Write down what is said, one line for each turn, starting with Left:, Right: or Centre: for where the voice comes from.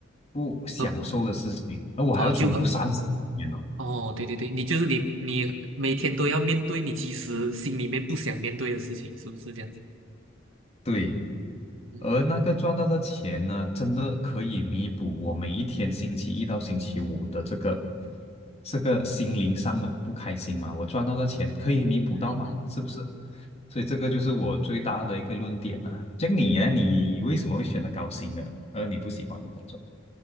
Left: 不享受的事情，
Right: 呃
Left: 而我还要重复三十几年哦。
Right: 哦，就很哦，对对对，你就是你你每天都要面对你其实心里面不想面对的事情，是不是这样子？
Left: 对，
Right: 嗯
Left: 而那个赚到的钱呢，真的可以弥补我每一天星期一到星期五的这个这个心灵上的不开心吗？我赚到的钱可以弥补到吗？
Right: 嗯嗯。
Left: 是不是？所以这个就是我最大的一个论点呐、这样你呢？你为什么会选择高薪的，而你不喜欢的工作？